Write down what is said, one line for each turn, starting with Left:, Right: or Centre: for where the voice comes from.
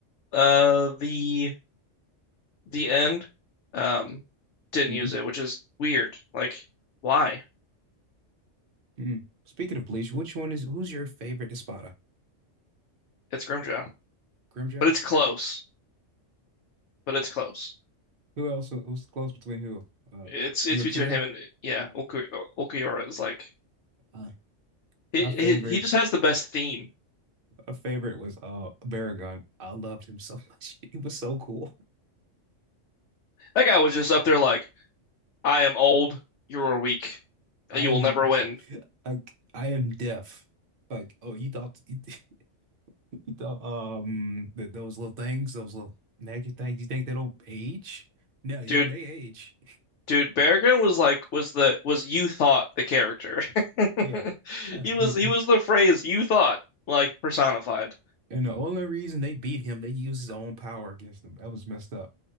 Left: uh the the end, um, didn't
Right: Mm-hmm.
Left: use it, which is weird. Like, why?
Right: mm. Speaking of Bleach, which one is who's your favorite Espada?
Left: It's Grimjaw,
Right: Grimjaw?
Left: but it's close. But it's close.
Right: Who else was close between who? Uh,
Left: It's it's
Right: Yukira?
Left: between him and yeah, Oku Okuhara is like
Right: Uh,
Left: he,
Right: my favorite,
Left: he he just has the best theme.
Right: my favorite was uh Baragon. I loved him so much. <laughs> He was so cool.
Left: That guy was just up there like, I am old, you are weak,
Right: I
Left: you
Right: am
Left: will never win.
Right: like I am deaf. Like, oh, you thought you, <laughs> th- you thought um that those little things, those little magic things, you think they don't age? No, yo,
Left: Dude,
Right: they age.
Left: Dude, Bear Grylls was like was the was you thought the character. <laughs>
Right: Yeah. Uh,
Left: He
Right: you
Left: was he was the phrase you thought like personified.
Right: and the only reason they beat him, they used his own power against them. That was messed up.